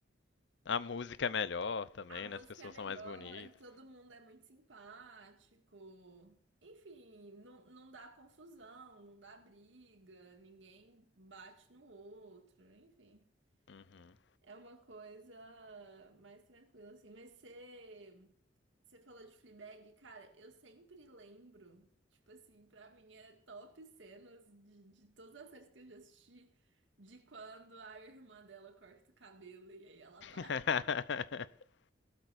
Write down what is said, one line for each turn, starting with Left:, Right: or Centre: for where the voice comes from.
Left: A música é melhor também,
Right: A música
Left: né, as pessoas
Right: é melhor,
Left: são mais bonitas.
Right: todo mundo é muito simpático. Enfim, não, não dá confusão, não dá briga, ninguém bate no outro, enfim.
Left: Uhum.
Right: É uma coisa mais tranquila, assim. Mas você, você falou de Fleabag, cara, eu sempre lembro, tipo assim, pra mim é top cenas de, de todas as séries que eu já assisti, de quando a irmã dela corta o cabelo e aí ela
Left: <laughs>
Right: para.